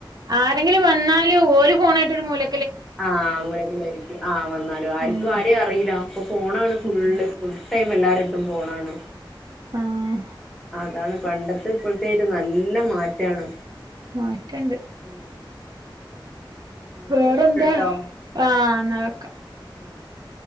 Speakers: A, on the right; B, in the centre.
A: ആരെങ്കിലും വന്നാല് ഓല് ഫോണായിട്ട് ഒരു മൂല
B: ആഹ് മൂലെത്തന്നെയായിരിക്കും ആഹ് വന്നാലും ആർക്കും
A: ഉം
B: ആരെയെ അറിയില്ല ഇപ്പോ ഫോണാണ് ഫുള്ള്
A: ഉം
B: ഫുൾ ടൈം എല്ലാരടെ അടുത്തും ഫോണാണ്
A: ആഹ്
B: അതാണ് പണ്ടത്തെ ഇപ്പോഴത്തെലും നല്ല മാറ്റാണ്
A: മാറ്റണ്ട്
B: ഉം എന്നാ
A: വേറെന്താ
B: ആയിക്കോട്ടെട്ടോ
A: ആഹ് എന്നാ വെക്കാം
B: ആഹ്